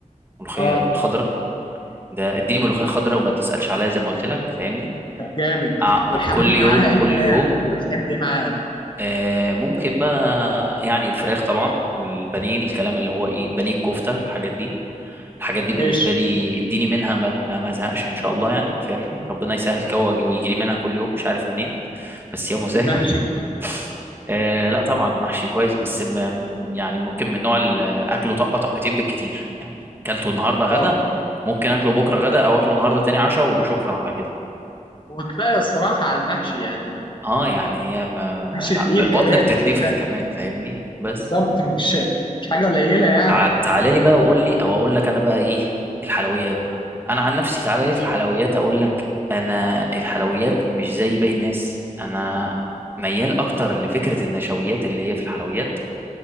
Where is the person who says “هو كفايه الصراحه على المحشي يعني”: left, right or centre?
Left